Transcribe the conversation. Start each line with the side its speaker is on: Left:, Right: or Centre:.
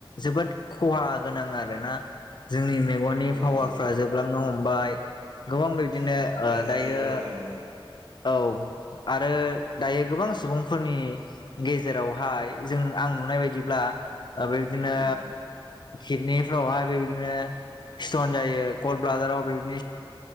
Left: जोबोद खहा गोनां आरो। दाना जोंनि मेगननि
Right: औ
Left: पावारफ्रा
Right: नंगौ
Left: जोबलांनो हमबाय गोबां <unintelligible> बिदिनो
Right: औ देहाफ्रा
Left: ओ दायो
Right: दुरबल जालाङो
Left: औ आरो दायो गोबां सुबुंफोरनि गेजेरावहाय जों आं नुनाय बायदिब्ला ओ बिदिनो
Right: उम
Left: खिडनि फ्रावहाय बेबायदिनो स्टन जायो गल ब्लादाराव बेबायदिनो